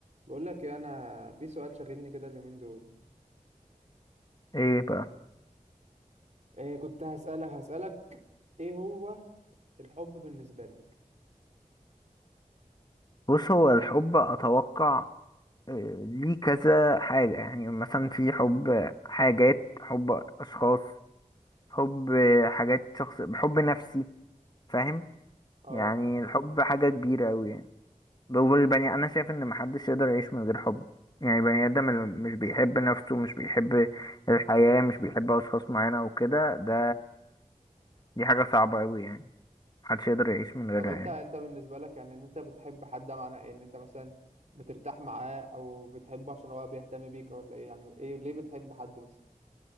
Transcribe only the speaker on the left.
ايه بقى
بص هو الحب اتوقع آه، ليه كذا حاجة يعني مثلا في حب حاجات حب اشخاص حب حاجات شخص حب نفسي فاهم
يعني الحب حاجة كبيرة اوي يعني هو البني انا شايف ان محدش يقدر يعيش من غير حب يعني البني ادم اللي مش بيحب نفسه مش بيحب الحياة مش بيحب اشخاص معينة وكده ده دي حاجة صعبة اوي يعني محدش يقدر يعيش من غيرها
يعني